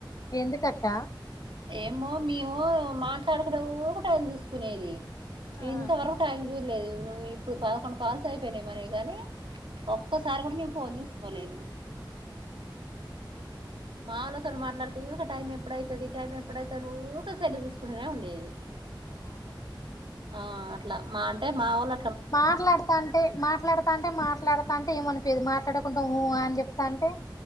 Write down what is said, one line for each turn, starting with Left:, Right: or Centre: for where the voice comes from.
Left: ఎందుకక్క
Right: ఏమో మేము మాట్లాడకుంట ఊక టైమ్ చూసుకునేది
Left: ఆ
Right: ఇంతవరకు టైం చూడలేదు నువ్వు ఇప్పుడు పదకొండు కాల్స్ అయిపోయినామని గాని ఒక్కసారి కూడా నేను ఫోన్ చూసుకోలేదు
Left: ఆ
Right: మాలోతోని మాట్లాడుతూఊక టైం ఎప్పుడైతుంది టైం ఎప్పుడైత ఊక సె ఇప్పుడనే ఉండేది
Left: ఆను
Right: ఆ అట్లా మా అంటే మా వాళ్ళ
Left: మాట్లాడుతాంటే మాట్లాడుతా అంటే మాట్లాడుతా అంటే ఏమనిపేది మాట్లాడు కుంటు ఉ అని చెప్తా అంటే